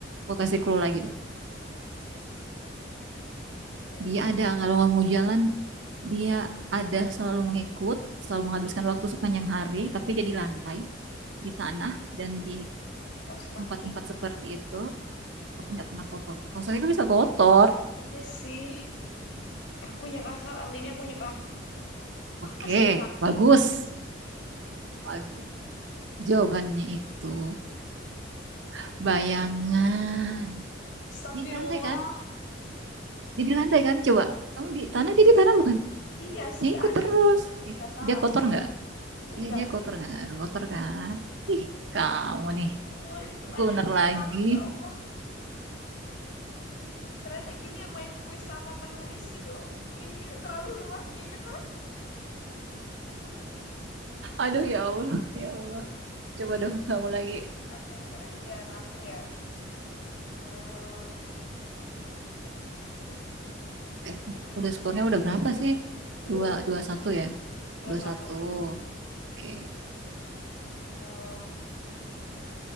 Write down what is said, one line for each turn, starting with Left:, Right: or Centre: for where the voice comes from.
Right: gue kasih clue lagi
Left: Nah, eh,
Right: Dia ada kalau mau jalan dia ada selalu mengikut, selalu menghabiskan waktu sepanjang hari, tapi dia di lantai, di tanah dan di
Left: kos kaki.
Right: tempat-tempat seperti itu, tapi nggak pernah kotor. Kotor itu bisa kotor.
Left: Iya sih. Aku nyerah kak, kali ini aku nyerah.
Right: Oke,
Left: Apa selain kaki?
Right: bagus. Bagus. Jawabannya itu <laughs> bayangan.
Left: Astagfirullah.
Right: Dia di lantai kan? Dia di lantai kan? Coba. Kamu di tanah, dia di tanah bukan?
Left: Iya sih,
Right: Dia ikut
Left: ada
Right: terus.
Left: sih. Bener sih, nggak salah.
Right: Dia kotor nggak?
Left: Enggak
Right: Iya, dia kotor
Left: sih.
Right: Nggak Kotor kan? Ih, kamu nih.
Left: Ya Allah, ini pertanyaan
Right: Aku bener
Left: berat
Right: lagi.
Left: banget ya Allah. Ternyata gini ya main kuis sama penulis itu. Ininya terlalu luas kayaknya kan. <laughs>
Right: Aduh ya Allah, ya Allah. Coba dong kamu lagi.
Left: Oke, sekarang giliran aku ya. Hmm, apa
Right: Eh,
Left: ya, bentar.
Right: udah skornya udah berapa sih?
Left: <laughs>
Right: Dua, dua satu ya?
Left: dua
Right: Dua
Left: satu.
Right: satu. Oke.
Left: Hmm.